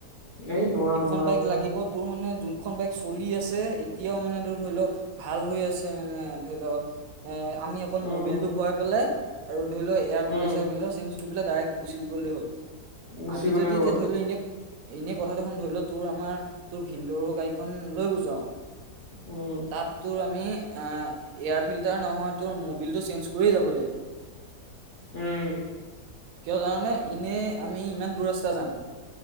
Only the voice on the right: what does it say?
এইখন
বাইক
লাগিব তোৰ মানে যোনখন বাইক চলি আছে এতিয়াও মানে তোৰ ধৰি ল' ভাল হৈ আছে মানে ধৰি ল' এ আমি অকল
মোবিল
টো ভৰাই পেলাই আৰু ধৰি ল' air filter
chair filter change বস্তুবিলাক ডাইৰেক্ট গুচি গ'লে হ'ল,
আমি
যদি
এতিয়া ধৰি ল' এনে এনেই কথা দেখনোন ধৰি ল' তোৰ আমাৰ তোৰ ভিনদেউৰ গাড়ীখন লৈ গুজাও
তাত তোৰ আমি এয়াৰ ফিল্টাৰ নহয় তোৰ মবিলটো চেঞ্জ কৰি যাব লাগিব,
কিয় জাননে এনেই আমি আমি ইমান দূৰ ৰাস্তা যাম,